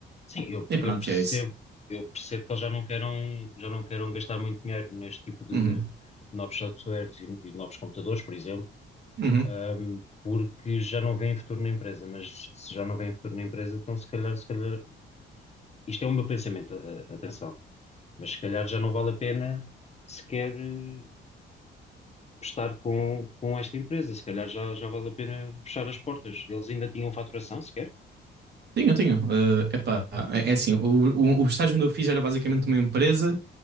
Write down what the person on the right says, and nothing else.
e pronto,
é isso.
Uhum.
Uhum.
Tenho, tenho. Ah, epá, é, é assim, o, o, o estágio onde eu fiz era basicamente uma empresa